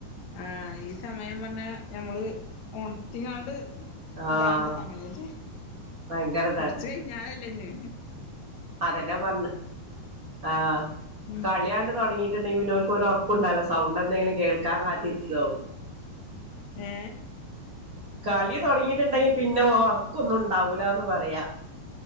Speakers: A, on the left; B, on the right.
A: ആ ഈ സമയം പറഞ്ഞ ഞമ്മള് ഒണത്തികാണ്ട് ഹ്
B: ആഹ്
A: ഇണ്ടാവണ്ട്യ സമയല്ലേ
B: ഭയങ്കരതാണ്
A: കൊറച്ച് കഴിഞ്ഞാലല്ലേ ഞ്ഞ്
B: അതന്നാ പറഞ്ഞ് ആ
A: ഉം
B: കളിയാണ്ട് തുടങ്ങിട്ട് ണ്ടെങ്കി പിന്നെ ഓൽക്ക് ഒരൊറക്കുണ്ടാവുല്ല സൗണ്ട് എന്തെങ്കിലും കേൾക്കാൻ കാത്തിരിക്കാവും
A: ഏ
B: കളി തുടങ്ങീട്ട്ണ്ടെങ്കി പിന്നെ ഒർക്കൊന്നും ഉണ്ടാവൂലാന്ന് പറയാ